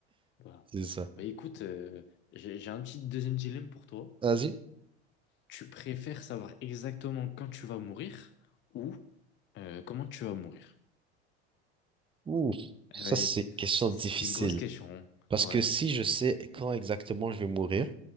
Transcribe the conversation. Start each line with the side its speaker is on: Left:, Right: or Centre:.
Left: Voilà.
Right: c'est ça.
Left: Bah écoute, euh, j'ai j'ai un petit deuxième dilemme pour toi.
Right: Vas-y.
Left: Tu préfères savoir exactement quand tu vas mourir ou euh, comment tu vas mourir?
Right: Ouh, ça,
Left: Eh ouais,
Right: c'est
Left: c'est
Right: une question
Left: c'est-
Right: difficile.
Left: c'est une grosse question. hein.
Right: Parce
Left: Ouais.
Right: que si je sais quand exactement je vais mourir,